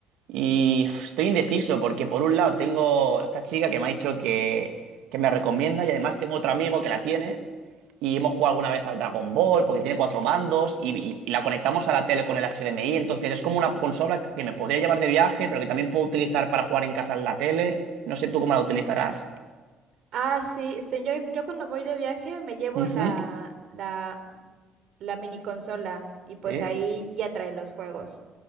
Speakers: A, on the right; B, on the right.
A: Y uf, estoy indeciso porque por un lado tengo esta chica que me ha dicho que, que me recomienda y además tengo otro amigo que la tiene. Y hemos jugado alguna vez al Dragon Ball porque tiene cuatro mandos y, y- y la conectamos a la tele con el HDMI. Entonces es como una consola que me podría llevar de viaje, pero que también puedo utilizar para jugar en casa en la tele. No sé tú cómo la utilizarás.
B: Ah, sí, este, yo, yo cuando voy de viaje me llevo
A: Ujú,
B: la, la, la mini consola y pues
A: Sí.
B: ahí ya trae los juegos.